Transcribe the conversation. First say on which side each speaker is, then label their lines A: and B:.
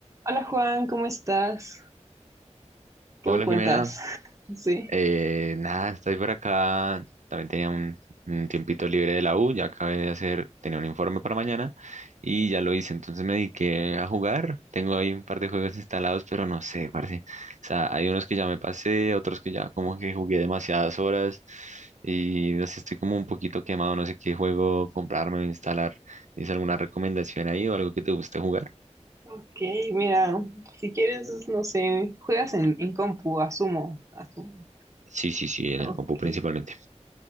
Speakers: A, on the right; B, on the right.
A: Hola Juan, ¿cómo estás? ¿Qué
B: Hola
A: me cuentas?
B: Jimena,
A: <laughs> Sí.
B: Eh, nada, estoy por acá. También tenía un, un tiempito libre de la U, ya acabé de hacer, tenía un informe para mañana y ya lo hice. Entonces me dediqué a jugar. Tengo ahí un par de juegos instalados, pero no sé, parce. O sea, hay unos que ya me pasé, otros que ya como que jugué demasiadas horas y no sé, estoy como un poquito quemado. No sé qué juego comprarme o instalar. ¿Tienes alguna recomendación ahí o algo que te guste jugar?
A: Ok, mira, si quieres, no sé, juegas en, en compu, asumo, asumo.
B: Sí, sí, sí, en
A: Ok.
B: el compu principalmente.